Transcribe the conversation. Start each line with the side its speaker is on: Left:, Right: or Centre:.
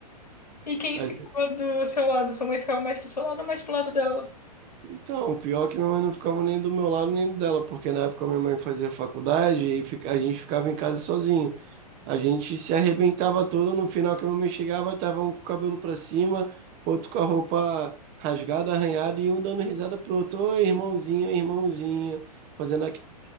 Left: E quem
Right: Mas,
Left: ficava do seu lado? Sua mãe ficava mais do seu lado ou mais do lado dela?
Right: Então, o pior é que minha mãe não ficava nem do meu lado nem do dela, porque na época minha mãe fazia faculdade e fica- a gente ficava em casa sozinho. A gente se arrebentava todo, no final que a minha mãe chegava, tava um com o cabelo pra cima, outro com a roupa rasgada, arranhada e um dando risada pro outro, oi, irmãozinho, irmãozinha, fazendo aquele